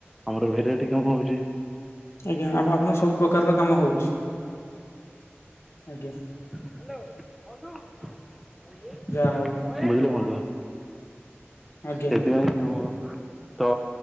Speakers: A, in the centre; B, on the left.
A: ଆମର ଭେରାଇଟି କାମ ହଉଛି।
B: ଆଜ୍ଞା ଆ ଆପଣଙ୍କ ସବୁ ପ୍ରକାରର କାମ ହଉଛି? ଆଜ୍ଞା।
A: ହ୍ୟାଲୋ ବନ୍ଧୁ ବନ୍ଧୁ।
B: ଯା ହଉ।
A: ବୁଝିଲ ବନ୍ଧୁ
B: ଆଜ୍ଞା
A: ସେଥିପାଇଁ କି ମୁଁ ତ